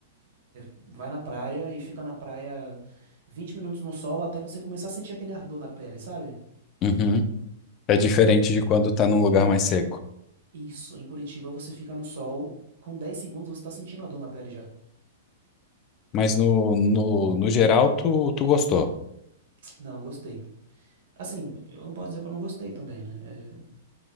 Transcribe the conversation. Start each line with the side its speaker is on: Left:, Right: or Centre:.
Right: vai na praia e fica na praia 20 minutos no sol até você começar a sentir aquele ardor na pele, sabe?
Left: Uhum. É diferente de quando tá num lugar mais seco.
Right: Isso, em Curitiba você fica no sol, com 10 segundos você tá sentindo a dor na pele já.
Left: Mas no, no, no geral, tu, tu gostou.
Right: Não, gostei. Assim, eu não posso dizer que eu não gostei também, né? É,